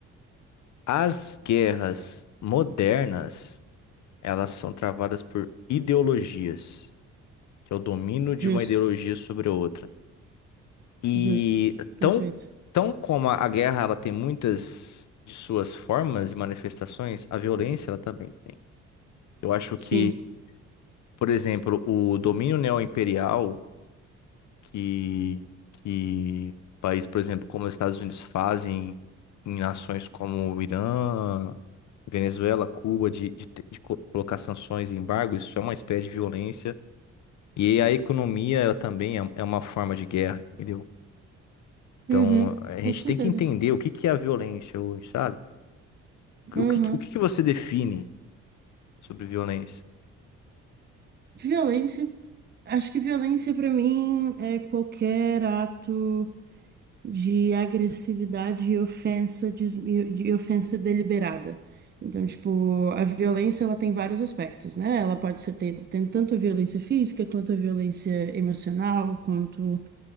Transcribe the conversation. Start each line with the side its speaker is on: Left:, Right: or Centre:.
Left: As guerras modernas, elas são travadas por ideologias, que é o domínio de
Right: Justo,
Left: uma ideologia sobre a outra. E
Right: justo. Perfeito.
Left: tão, tão como a guerra ela tem muitas de suas formas e manifestações, a violência ela também tem. Eu acho
Right: Sim.
Left: que, por exemplo, o domínio neoimperial que, que países, por exemplo, como os Estados Unidos fazem em nações como o Irã, Venezuela, Cuba, de, de, te- de co- colocar sanções e embargos, isso é uma espécie de violência. E a economia, ela também é é uma forma de guerra, entendeu? Então,
Right: Uhum,
Left: a gente
Right: com certeza.
Left: tem que entender o que que é a violência hoje, sabe?
Right: Uhum.
Left: O que, que- o que que você define sobre violência?
Right: Violência. Acho que violência pra mim é qualquer ato de agressividade e ofensa, desmi- de ofensa deliberada. Então, tipo, a violência ela tem vários aspectos, né? Ela pode ser tem, tem tanto a violência física, quanto a violência emocional, quanto